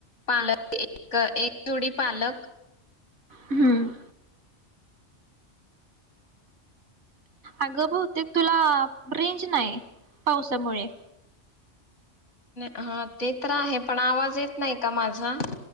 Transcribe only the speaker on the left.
पालक एक एक जोडी पालक
हा ते तर आहे पण आवाज येत नाही का माझा